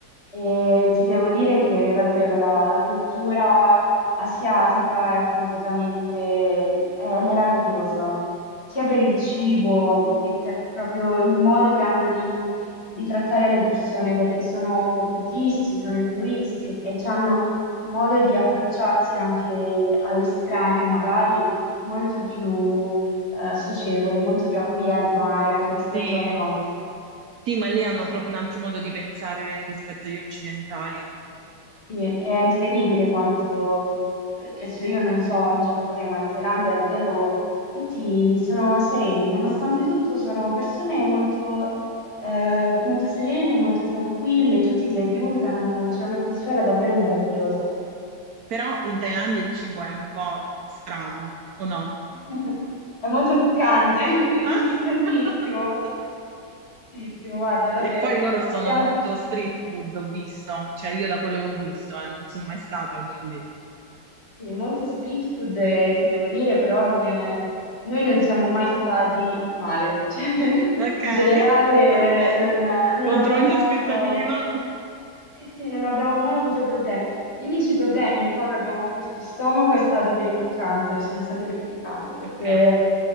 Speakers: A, on the left; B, on the right.
A: E ti devo dire che davvero la, la cultura asiatica è completamente, è meravigliosa, sia per il cibo che per proprio il modo che hanno di, di trattare le persone, perché sono buddisti, sono induisti e hanno un modo di approcciarsi anche all'estraneo, magari molto più eh, socievole, molto più accogliente, magari anche rispetto
B: Sì.
A: alla nostra.
B: Sì, ma lì hanno
A: Sì.
B: proprio un altro modo di pensare rispetto agli occidentali.
A: Sì, è incredibile quanto, adesso io non so in Giappone, ma in Thailandia davvero tutti sono sereni, nonostante tutto sono persone molto, eh, molto serene, molto tranquille, tutti ti aiutano, c'è un'atmosfera davvero meravigliosa.
B: Però in Thailandia il cibo è un po' strano, o no?
A: <laughs> È molto piccante, <laughs>
B: <laughs>
A: piccantissimo, piccantissimo, guarda, davvero.
B: E poi loro sono
A: Abbiamo
B: molto street food, ho visto. Cioè, io da quello che ho visto, eh, non sono mai stata, quindi.
A: Sì, molto street food, eh, ti devo dire, però non è... noi non siamo mai stati male. <laughs> Cioè,
B: Ok.
A: in generale,
B: <laughs>
A: eh, non, non
B: Contro
A: abbiamo
B: ogni
A: mai
B: aspettativa.
A: avuto sì, sì, non abbiamo mai avuto problemi. Gli unici problemi un po' che abbiamo avuto di stomaco è stato per il piccante, sono stati per il piccante, perché
B: Ok,